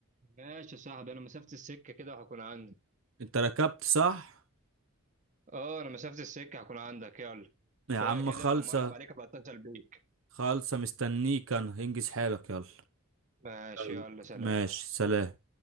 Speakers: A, on the right (about 35°); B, on the right (about 65°).
A: ماشي يا صاحبي انا مسافه السكه كده وهكون عندي
B: انت ركبت صح
A: اه انا مسافة السكة هكون عندك يلا
B: يا
A: شوية
B: عم
A: كده
B: خالصة
A: مرة عليك ابقى اتصل بيك
B: خالصة مستنيك انا انجز حالك يلا
A: ماشي
B: يلا.
A: يلا سلام
B: ماشي سلام